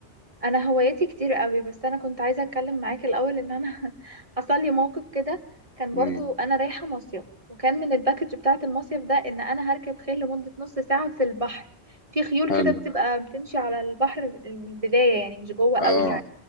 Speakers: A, on the right; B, on the left.
A: انا هواياتي كتير قوي بس انا كنت عايزه اتكلم معاك الاول ان انا <laughs> حصل لي موقف كده كان
B: مم.
A: برضو انا رايحه مصيف وكان من الباكج بتاعه المصيف ده ان انا هركب خيل لمده نص ساعه في البحر في خيول
B: حلو
A: كده بتبقى بتمشي على البحر من البدايه يعني مش جوه قوي
B: آه
A: يعني